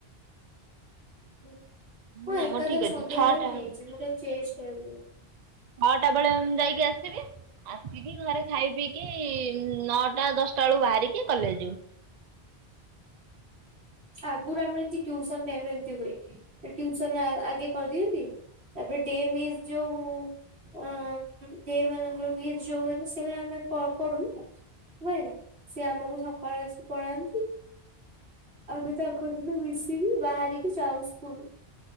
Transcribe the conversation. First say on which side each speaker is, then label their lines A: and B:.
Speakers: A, on the right; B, on the right.
A: ହୁଁ ମୁଁ
B: ନା
A: ଏକାଥରେ
B: ଆମର ଠିକ
A: ସନ୍ଧ୍ୟା
B: ଅଛି ଛଅଟା
A: ବେଳେ ନେଇଛି ମତେ ଆଉ ଚେଞ୍ଜ କରିବିନି।
B: ନଅଟା ବେଳେ ଯାଇକି ଆସିବି। ଆସିକି ଘରେ ଖାଇ ପିଇକି ନଅଟା ଦଶଟା ବେଳକୁ ବାହାରିକି କଲେଜ ଯିବୁ।
A: ଆଗରୁ ଆମେ ଏମତି ଟିଉସନ୍ ଟାଇମରେ ଏମତି ହୁଏ। ଟିଉସନ ଆ ଆଗେ କରିଦିଅନ୍ତି ଏଵେ ଡେ ମିସ୍ ଯଉ ଆଁ ଦେ ମାନଙ୍କର ମିସ୍ ଯଉ ଆମ ସେମା ଆମେ ପ ପଡୁନୁନା। ହୁଏନା। ସିଏ ଆମକୁ ସକାଳେ ଆସି ପଳାନ୍ତି। ଆମେ ବି ତାଙ୍କ ସହିତ ମିଶିକି ବାହାରିକି ଯାଉ ସ୍କୁଲ।